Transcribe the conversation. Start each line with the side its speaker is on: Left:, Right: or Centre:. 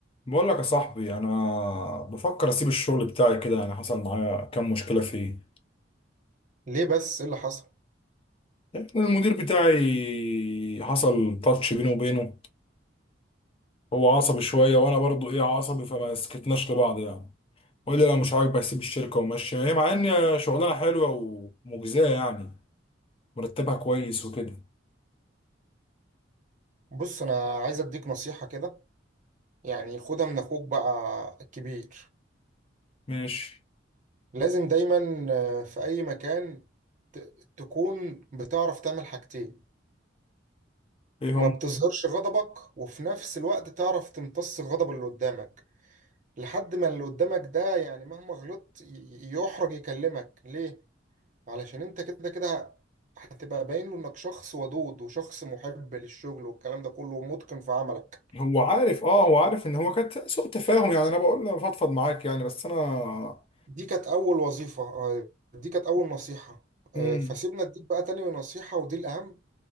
Left: بقول لك يا صاحبي انا بفكر اسيب الشغل بتاعي كده يعني حصل معايا كام مشكله فيه
Right: ليه بس ايه اللي حصل
Left: يعني المدير بتاعي حصل تاتش بيني وبينه هو عصبي شويه وانا برضو ايه عصبي فما سكتناش لبعض يعني وقال لي لو مش عاجبك سيب الشركه ومشي هي مع ان شغلانه حلوه ومجزيه يعني مرتبها كويس وكده
Right: بص انا عايز اديك نصيحة كده يعني خدها من اخوك بقى الكبير
Left: ماشي
Right: لازم دايما آه، في اي مكان ت- تكون بتعرف تعمل حاجتين
Left: ايه هم
Right: ما بتظهرش غضبك وفي نفس الوقت تعرف تمتص الغضب اللي قدامك لحد ما اللي قدامك ده يعني مهما غلطت ي- يحرج يكلمك ليه علشان انت كده كده هتبقى باين له انك شخص ودود وشخص محب للشغل والكلام ده كله ومتقن في عملك
Left: هو عارف اه هو عارف ان هو كانت سوء تفاهم يعني انا بقول له فضفض معاك يعني بس انا
Right: دي كانت أول وظيفة آه، دي كانت أول نصيحة
Left: امم
Right: آه، فسيبنا أديك بقى تاني نصيحة ودي الأهم